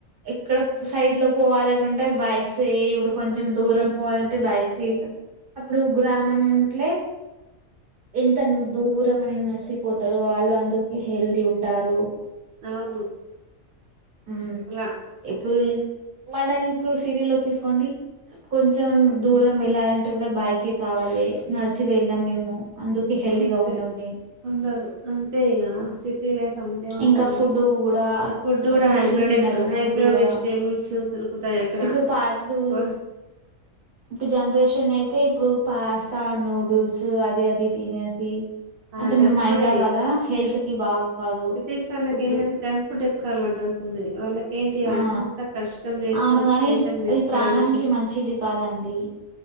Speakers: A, on the right; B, on the right.
A: ఎక్కడ సైడ్ ల పోవాలకుంటే బైక్స్ ఏ ఇపుడు కొంచెం దూరం పోవాలంటే బైక్స్ ఏ ఇగ అప్పుడు గ్రామం ఉంట్లే ఎంతన్ దూరం అని నడిసిపోతారు వాళ్ళు అందుకే హెల్తీ ఉంటారు
B: అవును
A: ఉమ్.
B: లా
A: ఇప్పుడు మనకి ఇప్పుడు సీరియల్ తీసుకు డి కొంచెం దూరం వెళ్ళాలంటే కూడా, బైకె కావాలి నడిసి వెళ్లం మేము. అందుకే హెల్దీగా
B: అంతే
A: ఉండండి
B: ఉండరు అంతే ఇగ సిటీ లైఫ్ అంతే ఉంటదండి.
A: ఇంకా ఫుడ్ కూడా
B: అక్కడ ఫుడ్
A: అంటే
B: కూడా
A: హెల్దీ
B: హైబ్రిడ్
A: తిన్నారు
B: హైబ్రో
A: ఫుడ్ కూడా
B: వెజిటేబుల్స్ దొరుకుతాయి అక్కడ
A: ఇప్పుడు పా ఇప్పుడు
B: ఓ
A: ఇప్పుడు జనరేషన్ అయితే ఇప్పుడు పాస్తా నూడుల్స్ అది అది తినేసి
B: ఆ
A: అంటే
B: జంక్
A: మైదా
B: ఫుడ్
A: కదా హెల్త్ కి బాగు కాదు
B: ప్రదేశాలకి
A: ఇప్పుడు
B: ఏ జంక్ ఫుడ్ ఎక్కాల ంది వాళ్ళ <unintelligible> ఏంటి
A: ఆ
B: అంతా కష్టం చేస్తే
A: అవును
B: ఉపషం
A: గాని
B: చేసుకోవడం
A: అది ప్రాణంకి
B: ఎందుకు
A: మంచిది కాదండి